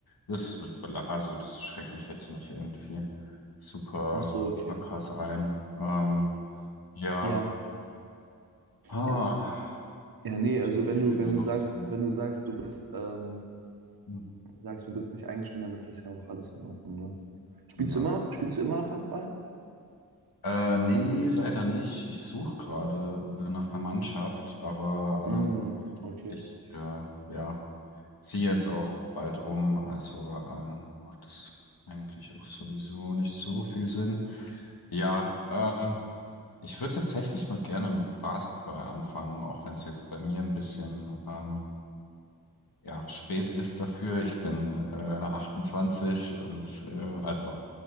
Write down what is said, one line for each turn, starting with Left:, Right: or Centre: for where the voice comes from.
Left: das, bela- also das schränkt mich jetzt nicht irgendwie super,
Right: Ach so, okay.
Left: super krass ein. Ähm, ja,
Right: Ja.
Left: ah,
Right: Ja, ja, nee,
Left: ich
Right: also
Left: überlege
Right: wenn du,
Left: immer
Right: wenn
Left: noch
Right: du sagst,
Left: so,
Right: wenn du sagst, du bist, ähm,
Left: hm,
Right: sagst, du bist nicht eingeschränkt, dann ist das ja auch alles in Ordnung, ne? Spielst
Left: ja.
Right: du immer noch, spielst du immer noch Handball?
Left: Äh, nee, leider nicht. Ich suche gerade äh, nach einer Mannschaft, aber
Right: Mm,
Left: ähm,
Right: okay.
Left: Ich äh, ja, ziehe jetzt auch bald um, also ähm, macht es eigentlich auch sowieso nicht so viel Sinn. Ja, ähm, ich würde tatsächlich mal gerne mit Basketball anfangen, auch wenn es jetzt bei mir ein bisschen ähm, ja, spät ist dafür. Ich bin äh, 28 und äh, also